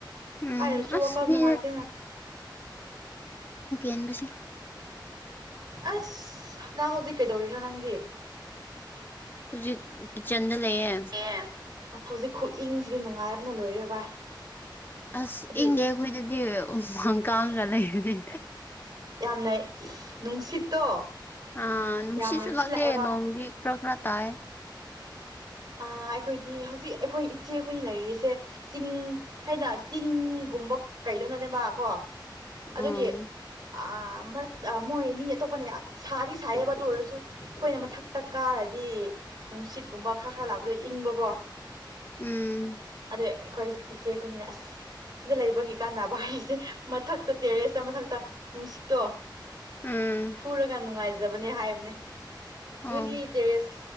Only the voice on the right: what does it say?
ꯍꯥꯏꯔꯁꯨ
ꯋꯥꯈꯜ ꯅꯨꯡꯉꯥꯏꯇꯦꯅ
ꯑꯁ ꯅꯪ ꯍꯧꯖꯤꯛ ꯀꯩꯗꯧꯔꯤꯅꯣ ꯅꯪꯗꯤ
ꯑ‌ꯦ ꯑꯁ ꯍꯧꯖꯤꯛ ꯈꯨꯏꯪꯁꯤꯗꯤ ꯅꯨꯡꯉꯥꯏꯕꯅ ꯂꯣꯏꯔꯦ ꯚꯥꯏ
ꯍꯥꯏꯗꯤ
ꯌꯥꯝꯅ ꯅꯨꯡꯁꯤꯠꯇꯣ
ꯌꯥꯝꯅ ꯁꯤꯜꯂꯛꯑꯦꯕ
ꯑꯥ ꯑꯩꯈꯣꯏꯗꯤ ꯍꯧꯖꯤꯛ ꯑꯩꯈꯣꯏ ꯏꯆꯦ ꯑꯩꯈꯣꯏꯅꯤ ꯂꯩꯔꯤꯁꯦ ꯆꯤꯡ ꯍꯥꯏꯅ ꯆꯤꯡꯒꯨꯝꯕ ꯀꯩꯗꯧꯅꯦꯕ ꯀꯣ ꯑꯗꯨꯒꯤ
ꯑꯥ ꯃꯔꯛ ꯑꯥ ꯃꯣꯏ ꯃꯤ ꯑꯇꯣꯞꯄꯅ ꯌꯥꯝ ꯁꯥꯗꯤ ꯁꯥꯏꯌꯦꯕ ꯑꯗꯨ ꯑꯣꯏꯔꯁꯨ ꯑꯈꯣꯏꯅ ꯃꯊꯛꯇ ꯀꯥꯔꯗꯤ ꯅꯨꯡꯁꯤꯠꯀꯨꯝꯕ ꯈꯔ ꯈꯔ ꯂꯥꯛꯄꯗꯣ ꯏꯪꯕꯀꯣ
ꯑꯗꯩ ꯑꯩꯈꯣꯏ ꯏꯆꯦ ꯈꯣꯏꯅꯤꯅ ꯑꯁ ꯁꯤꯗ ꯂꯩꯕꯒꯤ ꯀꯥꯟꯅꯕ ꯍꯥꯏꯔꯤꯁꯦ ꯃꯊꯛꯇ ꯇꯦꯔꯦꯁꯇ ꯃꯊꯛꯇ ꯅꯨꯡꯁꯤꯠꯇꯣ
ꯐꯨꯔꯒ ꯅꯨꯡꯉꯥꯏꯖꯕꯅꯦ ꯍꯥꯏꯕꯅꯦ ꯅꯣꯏꯒꯤ
ꯇꯦꯔꯦꯁ